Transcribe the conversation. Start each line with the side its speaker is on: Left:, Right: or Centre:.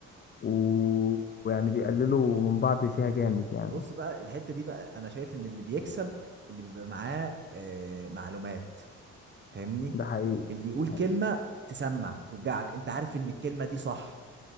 Left: و... ويعني بيقللوا من بعض فيها جامد يعني
Right: بص بقى الحته دي بقى انا شايف ان اللي بيكسب اللي بيبقى معاه آه معلومات فاهمني
Left: ده حقيقي
Right: اللي يقول
Left: ده
Right: كلمه
Left: حقيقي
Right: تسمع توجعك انت عارف ان الكلمه دي صح